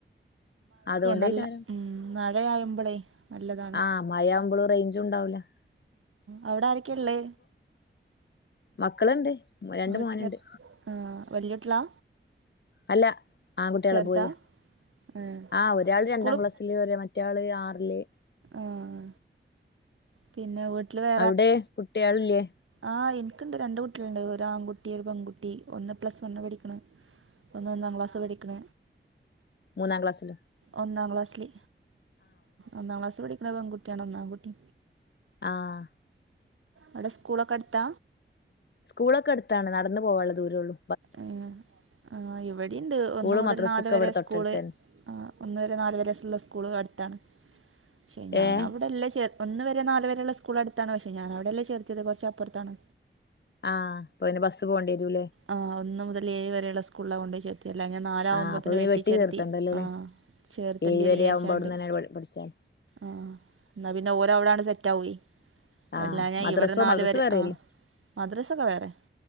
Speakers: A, on the left; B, on the right.
A: അതുകൊണ്ടേയികാരം
B: നല്ല ഉം മഴയായുമ്പളേ നല്ലതാണ്
A: ആഹ് മഴ ആവുമ്പോള് റൈഞ്ച ഉണ്ടാവൂല്ല <unintelligible>
B: അവടെ ആരക്കെ ഇള്ളേ
A: മക്കള്ണ്ട് രണ്ട്
B: വീട്ടിൽ
A: മോന്ണ്ട്
B: ആഹ് വല്യ കൂട്ടി കള
A: അല്ല ആൺകുട്ടികള്
B: ചെറുതാ
A: ബോയ്യ
B: ഏഹ്
A: ആഹ് ഒരാൾ
B: സ്കൂള്
A: രണ്ടാക്ലാസ് വല്യവര് മറ്റെള് ആറില്
B: ആഹ് പിന്നെ വീട്ടിൽവര്
A: അവിടെ കുട്ട്യാളില്ലെ
B: ആഹ് ഇനിക്ണ്ട് രണ്ട് കുട്ട്യാളുണ്ട് ഒരു ആൺകുട്ടി ഒരു പെൺകുട്ടി ഒന്ന് പ്ലസ് വണ്ണ് പഠിക്ക്ണ് ഒന്ന് ഒന്നാ ക്ലാസ് പഠിക്ക്ണ
A: മൂന്നാ ക്ലാസിലൊ
B: ഒന്നാം ക്ലാസ്സില് ഒന്നാം ക്ലാസ് പഠിക്ണ പെൺകുട്ടിയാണ് ഒന്നാ ആണ്കുട്ടി
A: ആഹ്
B: ആടെ സ്കൂളോ ക്കെ അടുത്ത
A: സ്കൂളൊക്കെ അടുത്താണ് നടന്ന് പോകാനുള്ള ദൂരേള്ളൂ
B: എഹ് ആ ഇവിടീണ്ട്
A: സ്കൂള്
B: ഒന്ന് മുതൽ
A: മദ്രസൊക്കെ
B: നാല് വരെ
A: ഇവിടെ തൊട്ടടുത്തന്നെ
B: സ്കൂള് ആഹ് ഒന്ന് വരെ നാല് വരെള്ള സ്കൂള് അടുത്താണ് പക്ഷെ ഞാൻ
A: ഏഹ്
B: അവടെല്ലാം ചേർ ഒന്ന് വരെ നാല് വരെള്ള സ്കൂളടുത്താണ് പക്ഷെ ഞാന അവിടെല്ലേ ചേർതിയത് കോറച്ച് അപ്പറത്താണ്
A: ആഹ് ഓന് ബസ്സ് പോണ്ടെരുലെ
B: ആഹ് ഒന്ന് മുതൽ ഏഴ് വരെള്ള സ്കൂളിലാ കൊണ്ടയി ചേർ ല്ല ഞാൻ നാലാവുമ്പോത്തിന്
A: ആഹ് അപ്പൊ പിന്നെ
B: വെട്ടിച്ചേർത്തി
A: വെട്ടി ചേർത്തണ്ടല്ലോല്ലേ
B: ആഹ് ചേർത്തേണ്ടിരു
A: ഏഴ് വരെ
B: വിചാരിച്ചാണ്ട്
A: ആവുമ്പോ അവിടന്നന്നെ പഠിച്ചാൽ
B: ആഹ് ഇന്നാ പിന്നെ ഓരവടെങ്ങട്ട് സെറ്റ ആവുയ്
A: ആഹ്
B: എല്ലാഞ്ഞാൽ
A: മദ്രസോ
B: ഇവിടെ നാല്
A: മദ്രസ
B: വരെ
A: വേറെയല്ലേ
B: ആഹ് മദ്രസോക്കെ വേറെ